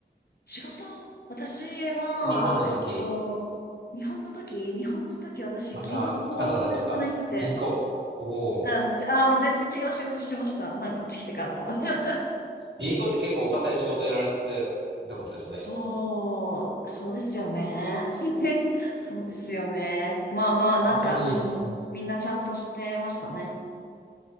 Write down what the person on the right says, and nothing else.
日本の時、
またカナダとか、
銀行。おお。
銀行って結構お堅い仕事やられててってことですね。
あんまり、
うん